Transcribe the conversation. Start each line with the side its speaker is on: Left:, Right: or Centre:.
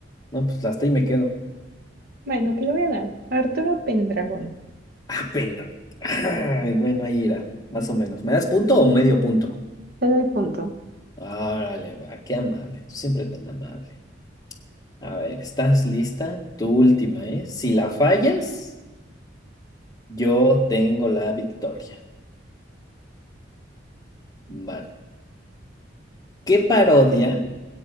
Left: No, pues hasta ahí me quedo.
Right: Bueno, te lo voy a dar. Arturo Pendragón.
Left: Ah, penda. Ay, bueno, ahí irá, más o menos. ¿Me das punto o medio punto?
Right: Te doy punto.
Left: Órale, va, qué amable. Tú siempre tan amable. A ver, ¿estás lista? Tu última, ¿eh? Si la fallas, yo tengo la victoria. Va. ¿Qué parodia